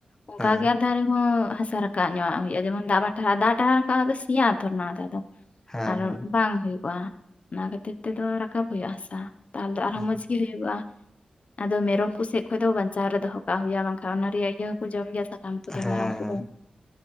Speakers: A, on the left (about 55°); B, on the left (about 20°).
A: ᱚᱱᱠᱟ
B: ᱦᱮᱸ
A: ᱜᱮ ᱫᱟᱨᱮ ᱦᱚᱸ ᱦᱟᱥᱟ ᱨᱟᱠᱟᱵ ᱧᱚᱜ ᱦᱩᱭᱩᱜᱼᱟ ᱡᱮᱢᱚᱱ ᱫᱟᱜ ᱴᱟᱨᱷᱟᱜ-ᱟ᱾ ᱫᱟᱜ ᱴᱟᱨᱷᱟ ᱞᱮᱠᱷᱟᱱ ᱥᱮᱭᱟᱜ ᱛᱷᱚᱨ ᱚᱱᱟᱜ ᱫᱚ᱾
B: ᱦᱮᱸ
A: ᱟᱨᱦᱚᱸ ᱵᱟᱝ ᱦᱩᱭᱩᱜᱼᱟ᱾ ᱚᱱᱟ ᱠᱷᱟᱹᱛᱤᱨ ᱛᱮᱫᱚ ᱨᱟᱠᱟᱵ ᱦᱩᱭᱩᱜᱼᱟ ᱦᱟᱥᱟ᱾ ᱟᱫᱟ ᱟᱨᱦᱚᱸ
B: ᱦᱮᱸ
A: ᱢᱚᱸᱡᱽ ᱜᱤ <unintelligible> <unintelligible> ᱟᱫᱚ ᱢᱮᱨᱚᱢ ᱠᱚ ᱥᱮᱫ ᱠᱷᱚᱡ ᱫᱚ ᱵᱟᱧᱪᱟᱣ ᱨᱮ ᱫᱚᱦᱚ ᱠᱟᱜ ᱦᱩᱭᱩᱜᱼᱟ ᱵᱟᱝᱠᱷᱟᱱ ᱚᱱᱟ ᱨᱮᱭᱟᱜ ᱤᱭᱟᱹ ᱠᱚ ᱡᱚᱢ ᱜᱮᱭᱟ ᱥᱟᱠᱟᱢ ᱠᱚᱫᱚ
B: ᱦᱮᱸ
A: ᱢᱮᱨᱚᱢ ᱠᱚᱫᱚ᱾
B: ᱦᱮᱸ